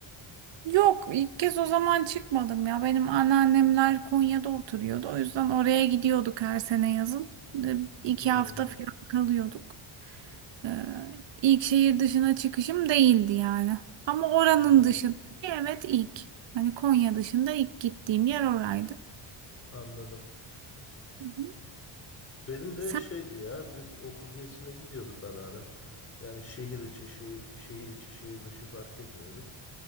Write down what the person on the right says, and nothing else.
Yok ilk kez o zaman çıkmadım ya. Benim anneannemler Konya'da oturuyordu. O yüzden oraya gidiyorduk her sene yazın. E, İki
hafta falan kalıyorduk. E, ilk şehir dışına çıkışım değildi yani. Ama oranın
dışındaki evet ilk. Hani Konya dışında ilk gittiğim yer oraydı.
Hı hı.
Sen